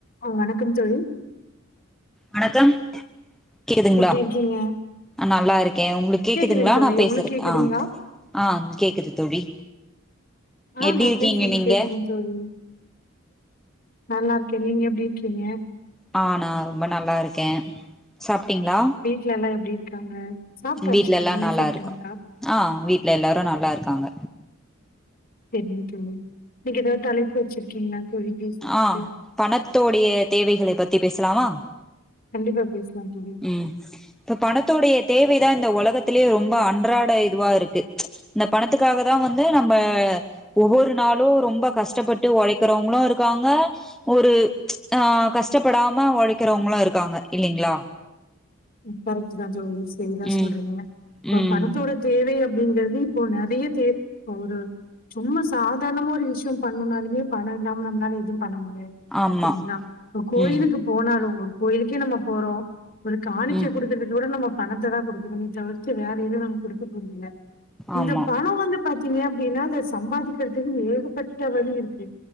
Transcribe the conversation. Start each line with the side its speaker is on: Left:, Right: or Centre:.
Left: அஹ் வணக்கம் தோழி
Centre: வணக்கம் கேக்குதுங்களா
Left: எப்டி இருக்கீங்க
Centre: நல்லா இருக்கே உங்களுக்கு கேக்குதுங்களா
Left: கேக்குதுங் தோழி
Centre: நா பேசுற
Left: உங்களுக்கு கேக்குதுங்களா
Centre: ஆஹ் ஆஹ் கேக்குது தோழி
Left: ஆ
Centre: எப்டி
Left: நா
Centre: இருக்கீங்க
Left: பேசுறது
Centre: நீங்க
Left: கேக்குதுங் தோழி நல்லா இருக்கே நீங்க எப்டி இருக்கீங்க
Centre: அஹ் நா ரொம்ப நல்லா இருக்கே சாப் டீங்களா
Left: வீட்ல எல்லா எப்டி இருக்காங்க சாப்ட்டாச்சுங்க
Centre: வீட்ல எல்லா
Left: நீங்க
Centre: நல்லா
Left: சாப்ட்டீங்களா
Centre: இருக்கு ஆஹ் வீட்டுல எல்லாரு நல்லா இருக்காங்க
Left: சேரிங்க ஓகேங்க நீங்க ஏதாவது தலைப்பு வச்சிருக்கீங்களா பேசறதுக்கு
Centre: ஆஹ் பணத்தோடைய தேவைகளை பத்தி பேசலாமா
Left: கண்டிப்பா பேசலாம் தோழி
Centre: உம் இப்ப பணத்தோடைய தேவைதான் இந்த உலகத்திலேயே ரொம்ப அன்றா ட இதுவா இருக்கு இந்த பணத்துக்காக தா வந்து நம்ம ஒவ்வொரு நாளு ரொம்ப கஷ்டப்பட்டு உழைக்கிறவங்களு இருக் காங்க ஒரு அஹ் கஷ்டப்படாம உழைக்கிறவங்களு இருக்காங்க இல்லைங்களா
Left: உம் கரெக்ட் தான் தோழி செரிதா
Centre: ம்
Left: சொல்றிங்க அ
Centre: ம்
Left: பணத்தோட தேவை அப்டிங்கிறது இப்போ நெறைய தே இப்ப ஒரு சும்மா சாதாரணமா ஒரு விஷயம் பண்ணுனாலுமே பணம் இல்லாம நம்மளால எதுவு பண்ண முடியாது
Centre: ஆமா
Left: செரிங்களா கோயிலுக்கு
Centre: ம்
Left: போனாலு ஒரு கோயிலுக்கே நம்ம போறோ ஒரு காணிக்க
Centre: ம்
Left: குடுக்குறது கூட நம்ம பணத்த தா குடுக்கணு தவிர்த்து வேற இது நமக்கு குடு கொடுக்கல இந்த
Centre: ஆமா
Left: பணம் வந்து பாத் த்தீங்க அப்டின்னா அத சம்பாதிக்கிறதுக்கு ஏகப்பட்ட வழி இருக்கு